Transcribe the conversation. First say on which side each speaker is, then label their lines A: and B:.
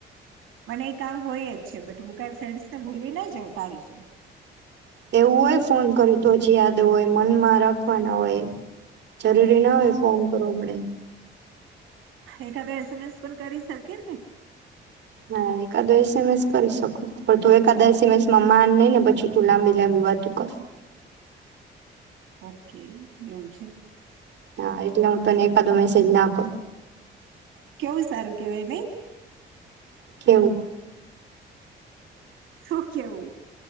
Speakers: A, on the right (about 85°); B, on the right (about 60°).
A: મને એ કામ હોય જ છે, બટ હું કઈ ફ્રેન્ડસ તો ભૂલી ના જઉ તારી જેમ
B: એવું હોય ફોન કર્યું તો જે યાદ હોય મનમાં રાખવાના હોય જરૂરી ના હોય ફોન કરવો પડે
A: એખાદ એસએમએસ પણ કરી શકે ને
B: હા એકાદો એસેમેસ કરી શકો પણ તું એકાદા એસેમેસમાં માન નઈ ને પછી તું લાંબી લાંબી વાતો કર
A: ઓકે એવું છે.
B: હા એટલે હું તને એકાદો મેસેજ ના ક
A: કેવું સારું કેવાય નઈ
B: કેવું?
A: શું કેવું?